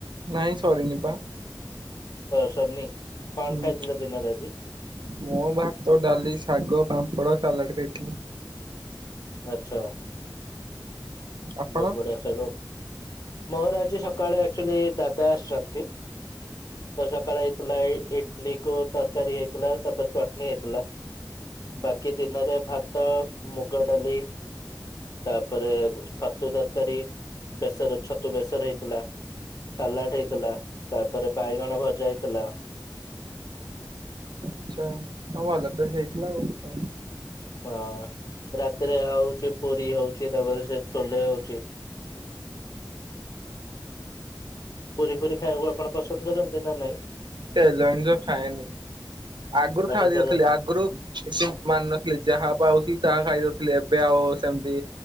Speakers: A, on the right; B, on the left.
A: ନାଇଁ ସରିନି ପା।
B: ହ ସରନି କଣ
A: ହୁଁ
B: ଖାଇଥିଲ ଦିନ ରେ ଆଜି?
A: ମୁଁ ଭାତ, ଡାଲି, ଶାଗ, ପାମ୍ପଡ଼, ସାଲାଡ଼ ଖାଇଥିଲି।
B: ଆଚ୍ଛା
A: ଆପଣ?
B: ବହୁତ ବଢିଆ ଖାଇବା ଆଉ ମୋର ଆଜି ସକାଳେ ଆକ୍ଚୁଆଲି ଦାଦା ଆସିଛନ୍ତି। ତ ସକାଳ ହେଇଥିଲା ଇଟଲିି କୁ ତରକାରୀ ହେଇଥିଲା ତାପରେ ଚଟଣି ହେଇଥିଲା। ବାକି ଦିନରେ ଭାତ ମୁଗ ଡାଲି ତାପରେ ଛତୁ ତରକାରୀ ବେସର ଛତୁ ବେସର ହେଇଥିଲା। ସାଲାଡ ହେଇଥିଲା ତାପରେ ବାଇଗଣ ଭଜା ହେଇଥିଲା।
A: ଆଚ୍ଛା ଭଲ ତ ହେଇଥିଲା ଆଉ
B: ହଁ ରାତିରେ ହଉଛି ପୁରୀ ହଉଛି ତାପରେ ସେ ଛୋଲେ ହଉଛି। ପୁରୀ ଫୁରି ଖାଇବାକୁ ଆପଣ ପସନ୍ଦ କରନ୍ତି ନା ନାଇଁ।
A: ତେଲ ଜିନିଷ ଖାଏନି ଆଗରୁ
B: ଆଚ୍ଛା
A: ଖାଇ
B: ତାହେଲେ
A: ଦେଉଥିଲି ଆଗରୁ କିଛି ମାନୁ ନଥିଲି ଯାହା ପାଉଛି ତାହା ଖାଇଦଉଥିଲି ଏବେ ଆଉ ସେମିତି।